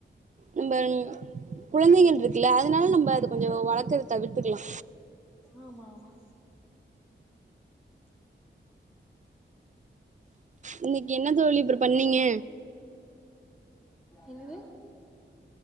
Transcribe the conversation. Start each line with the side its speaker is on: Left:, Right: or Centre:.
Right: நம்ப குழந்தைகள் இருக்குல்ல அதனால நம்ப அத கொஞ்சம் வளர்க்கத தவிர்த்துக்கலா
Centre: ஆமா ஆமா
Right: இன்னைக்கு என்ன தோழி இப்புற பண்ணீங்க
Centre: என்னது